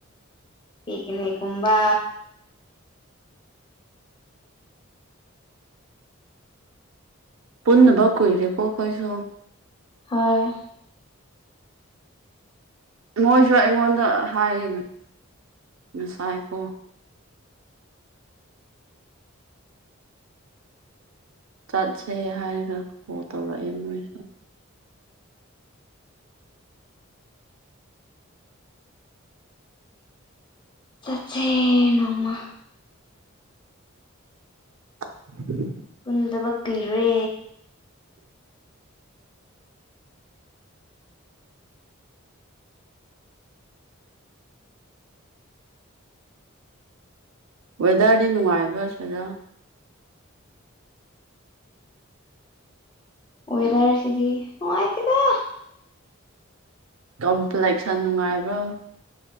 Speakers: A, on the left; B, on the right.
A: ꯄꯤꯀꯤꯅꯤꯛ ꯀꯨꯝꯕ
B: ꯄꯨꯟꯗꯕ ꯀꯨꯏꯔꯦꯀꯣ ꯑꯈꯣꯏꯁꯨ
A: ꯍꯣꯏ
B: ꯃꯣꯏꯁꯨ ꯑꯩꯉꯣꯟꯗ ꯍꯥꯏꯌꯦ ꯉꯁꯥꯏꯀꯣ ꯆꯠꯁꯦ ꯍꯥꯏꯔꯒ ꯀꯣꯜ ꯇꯧꯔꯛꯑꯦ ꯃꯣꯏ
A: ꯆꯠꯁꯦ ꯅꯣꯡꯃ
B: <inaudible>
A: ꯄꯨꯟꯗꯕ ꯀꯨꯏꯔꯦ
B: ꯋꯦꯗꯔꯗꯤ ꯅꯨꯡꯉꯥꯏꯕ꯭ꯔꯥ ꯁꯤꯗ
A: ꯋꯦꯗꯔꯁꯤꯗ ꯅꯨꯉꯥꯏꯇꯦꯗ
B: ꯀꯝ ꯄ꯭ꯂꯦꯛꯁꯟ ꯅꯨꯡꯉꯥꯏꯕ꯭ꯔꯣ